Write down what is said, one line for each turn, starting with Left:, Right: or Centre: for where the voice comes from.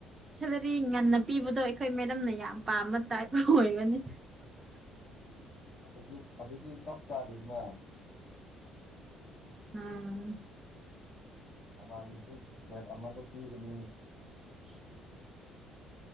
Right: ꯁꯦꯂꯔꯤ ꯉꯟꯅ ꯄꯤꯕꯗꯣ ꯑꯩꯈꯣꯏ ꯃꯦꯗꯝꯝꯅ ꯌꯥꯝ ꯄꯥꯝꯕ ꯇꯥꯏꯞ ꯑꯣꯏꯕꯅꯤ
Left: ꯑꯗꯨꯗꯤ ꯑꯗꯨꯗꯤ ꯁꯞ ꯆꯥꯔꯗꯤꯅ
Right: ꯎꯝ
Left: ꯁꯅꯥꯔꯤꯁꯨ ꯂꯦꯠ ꯑꯃꯗ ꯄꯤꯒꯅꯤ
Right: <inaudible>